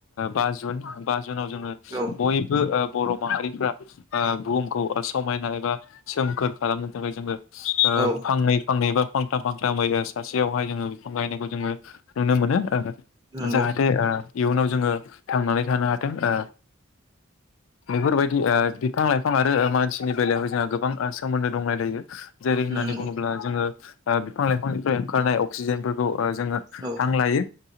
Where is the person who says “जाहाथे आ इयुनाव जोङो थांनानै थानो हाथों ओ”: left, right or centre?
Left